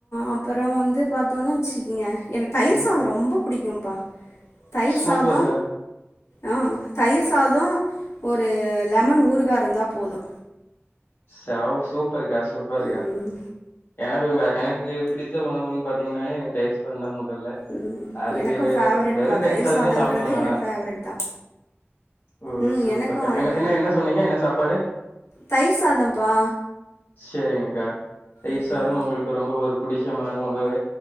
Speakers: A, on the left; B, on the left.
A: அப்பற வந்து பாத்தோனா வச்சுக்குங்க எனக் தயிர்
B: ம்.
A: சாத ரொம்ப புடிக்கும்ப்பா தயிர்
B: சூப்பர்க்கா.
A: சாத ஆ தயிர் சாதோ ஒரு லெமன் ஊறுகா இருந்தா போது
B: செம் சூப்பர்க்கா சூப்பர் கா
A: ம்,
B: எனக்கு கா எனக்கு பிடித்த உணவுன் பாத்தீங்னாலே எனக் தயிர் சாதந்தா மொதல்ல
A: ம்.
B: அதுக்கு
A: எனக்கும் ஃபேவரட்ப்பா
B: வெறு தயிர் சாதமே
A: சாதன்றது
B: சாப்டுவே நாளா
A: எனக்கு ஃபேவரட் தான்
B: ஓ
A: ம்
B: சூப்பர்க்கா
A: எனக்கும்
B: என்ன
A: எ-
B: என்ன என்ன சொன்னீங்க என்ன சாப்பாடு
A: தயிர் சாதம்ப்பா
B: செரிங்கக்கா தயிர்சாதம்
A: ம்
B: உங்களுக்கு ரொம்ப ஒரு புடிச்சமான உணவு